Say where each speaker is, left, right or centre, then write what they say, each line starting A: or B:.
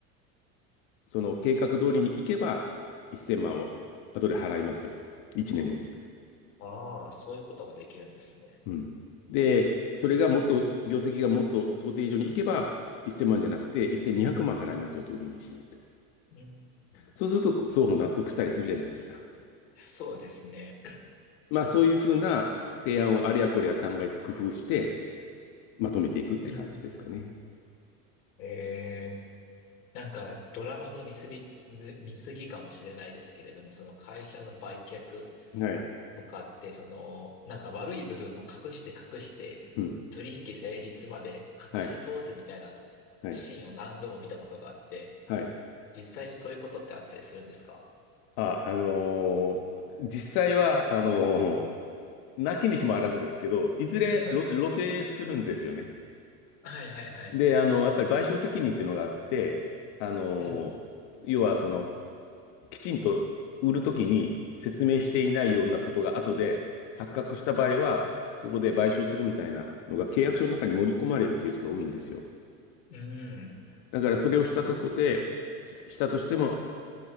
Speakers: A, on the left; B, on the left.
A: その計画通りに行けば、1000万を後で払いますよと。1年後に。
B: ああ、そういうこともできるんですね。
A: うん。で、それがもっと、
B: うん。
A: 業績がもっと想定以上に行けば、1000万じゃなくて、1200万払いますよと、売りにしに行って。
B: うん。
A: そうすると、双方納得したりするじゃないですか。
B: そうですね。
A: まあそういうふうな提案をあれやこれや考えて工夫してまとめていくって感じですかね。
B: うんうん。ええ、なんかドラマの見すぎ、ぬ見過ぎかもしれないですけれども、その会社の売却
A: はい。
B: とかって、その、なんか悪い部分を隠して隠して、
A: うん。
B: 取引成立まで隠し通すみたいな
A: はい。はい。
B: シーンを何度も見たことがあって、
A: はい。
B: 実際にそういうことってあったりするんですか
A: あ、あのー実際は、あのーなきにしもあらずですけど、いずれろ露呈するんですよね。
B: <laughs> はいはいはい。
A: で、あのやっぱり賠償責任っていうのがあって、あのー要はその、
B: うん。
A: きちんと売るときに説明していないようなことが後で発覚した場合は、そこで賠償するみたいなのが契約書の中に盛り込まれるケースが多いんですよ。
B: うん。
A: だからそれをしたとこで、したとしても